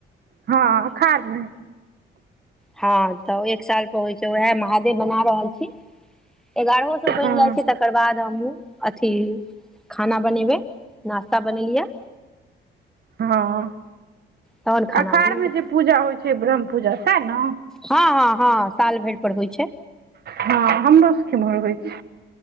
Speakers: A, on the right (about 55°); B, in the centre.
A: हँ अखाढ़में।
B: हँ तऽ एक साल पर होइ छै, वहैं महादेव बना रहल छी। एगारहो सौ बनि
A: हँ
B: जाइ छै, तकर बाद हमहुँ अथी खाना बनेबै, नाश्ता बनेलियैया।
A: हँ
B: तहन खाना
A: अखाढ़
B: बनेबै
A: मे जे पूजा होइ छै, ब्रह्म पूजा सैह न?
B: हँ-हँ-हँ साल भरि पर होइ छै।
A: हँ हमरो सब के एम्हर होइ छै।